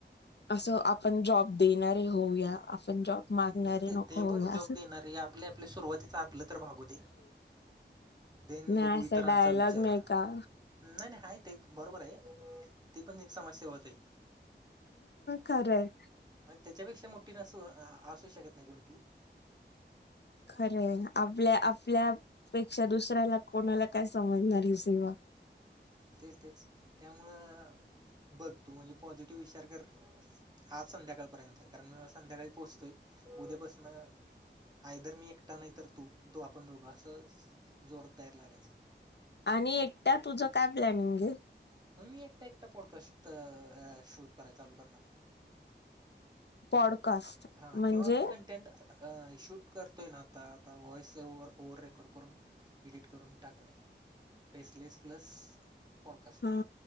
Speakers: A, on the left; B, on the right.
A: असं आपण जॉब देणारे होऊया. आपण जॉब मागणारे
B: नाही ते
A: नको
B: ते
A: होऊया
B: बघू जॉब
A: असं.
B: देणारे. आपले आपले सुरुवातीच आप पलं तर भागू दे. देन
A: नाही
B: बघू
A: असा
B: इतरांचा
A: डायलॉग
B: विचार.
A: नाही का
B: नाही नाही हाये ते एक बरोबरे. ती पण एक समाजसेवाचे की.
A: खरय.
B: त्याच्यापेक्षा मोठठी नसू, असू शकत नाही कोणती.
A: खरय. आपल्या आपल्यापेक्षा दुसऱ्याला कोणाला काय समजणार ही सेवा.
B: तेच तेच. त्यामुळं बघ तू म्हणजे पॉझिटिव्ह विचार कर. आज संध्याकाळपर्यंत कारण मी संध्याकाळी पोहोचतोय उद्यापासून आदर <unintelligible> मी एकटा नाही तर तू तो आपण दोघं असं जोरात तयार लागायचं
A: आणि एकट्या तुझं काय प्लॅनिंग आहे?
B: मग मी एकटा एकटा पॉडकास्ट शूट कराय चालू करणार.
A: पॉडकास्ट
B: हा
A: म्हणजे
B: किंवा मग कटेंट शूट करतोय ना आता आता व्हॉइस ओव्हर- ओव्हर रेकॉर्ड करून एडिट करून टाकणे फेसलेस प्लस पॉडकास्ट
A: हा